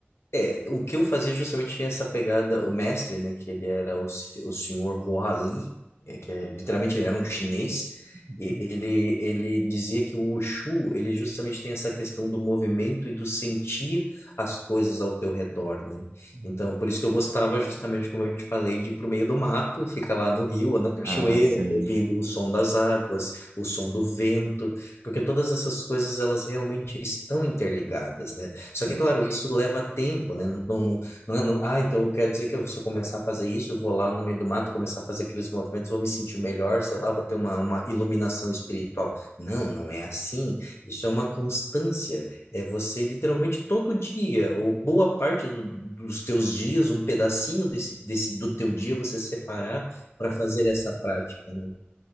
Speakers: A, on the left; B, on the right.
A: É, o que eu fazia justamente tinha essa pegada, o mestre, né, que ele era o, se- o senhor Huali, é, que é, literalmente ele era um chinês,
B: Uhum.
A: e ele, ele dizia que o Wushu, ele justamente tem essa questão do movimento e do sentir as coisas ao teu redor, né?
B: Hum.
A: Então, por isso que eu gostava justamente, como eu te falei, de ir pro meio do mato e ficar lá no rio ou na cachoeira,
B: Ah, sim.
A: ouvindo o som das águas, o som do vento, porque todas essas coisas, elas realmente estão interligadas, né?
B: Sim,
A: Só que, é claro,
B: sim.
A: isso leva tempo, né? Não, não, não, é não- ah, então quer dizer que eu, se eu começar a fazer isso, eu vou lá no meio do mato começar a fazer aqueles movimentos, vou me sentir melhor, sei lá, vou ter uma, uma iluminação espiritual. Não, não é assim. Isso é uma constância. É você literalmente todo dia, ou boa parte do- dos teus dias, um pedacinho desse, desse do teu dia você separar para fazer essa prática, né?